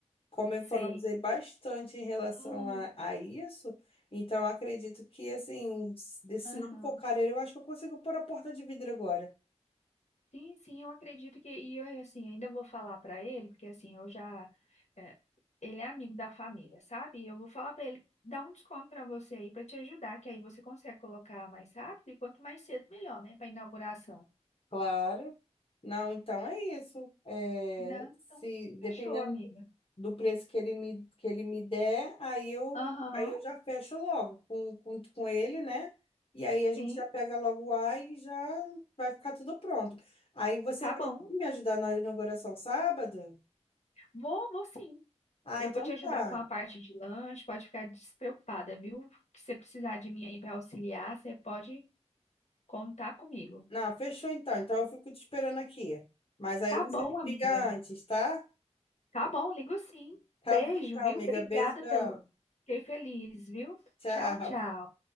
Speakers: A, on the left; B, on the left.
A: como eu
B: sei.
A: economizei bastante em relação
B: Uhum.
A: a, a isso, então acredito que, assim, se se
B: Aham.
A: não for careiro, eu acho que eu consigo pôr a porta de vidro agora.
B: Sim, sim, eu acredito que. E eu, assim, ainda vou falar para ele, porque assim, eu já. é, ele é amigo da família, sabe? E eu vou falar para ele dar um desconto para você aí, para te ajudar, que aí você consegue colocar mais rápido e quanto mais cedo, melhor, né? Para inauguração.
A: Claro. Não, então é isso. É,
B: Não, então,
A: se
B: fechou,
A: dependendo
B: amiga.
A: do, do preço que ele me, que ele me der, aí eu,
B: Aham,
A: aí eu já fecho logo com, com, com ele, né? E aí a gente
B: sim,
A: já pega logo o ar e já vai ficar tudo pronto. Aí você
B: tá
A: vai
B: bom.
A: me ajudar na inauguração sábado?
B: Vou, vou sim.
A: Ah,
B: Eu
A: então
B: vou te ajudar
A: tá.
B: com a parte de lanche, pode ficar despreocupada, viu? Que se precisar de mim aí para auxiliar, você pode contar comigo.
A: Não, fechou então. Então eu fico te esperando aqui. Mas aí
B: Tá
A: você
B: bom,
A: me
B: amiga.
A: liga antes, tá?
B: Tá bom, ligo sim.
A: Tá
B: Beijo,
A: bom então,
B: viu?
A: amiga.
B: Obrigada
A: Beijão.
B: pelo. Fiquei feliz, viu?
A: Tchau.
B: Tchau, tchau.